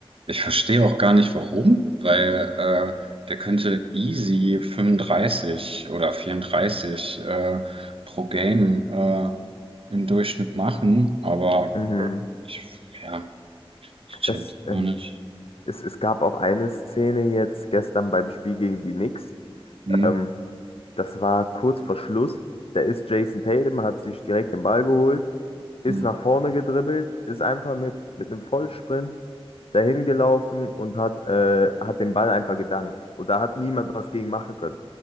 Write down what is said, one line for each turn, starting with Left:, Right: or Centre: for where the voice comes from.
Right: ich verstehe auch gar nicht warum, weil äh, der könnte easy 35 oder 34 äh, pro Game äh, im Durchschnitt machen, aber
Left: Mhm.
Right: ich, ja, ich check
Left: Das, ähm,
Right: auch nicht.
Left: Es, es gab auch eine Szene jetzt gestern beim Spiel gegen die Knicks.
Right: Mhm.
Left: Ähm, das war kurz vor Schluss. Da ist Jason Tatum, hat sich direkt den Ball geholt, ist
Right: Mhm.
Left: nach vorne gedribbelt, ist einfach mit, mit einem Vollsprint dahin gelaufen und hat, äh, hat den Ball einfach gedankt. Und da hat niemand was gegen machen können.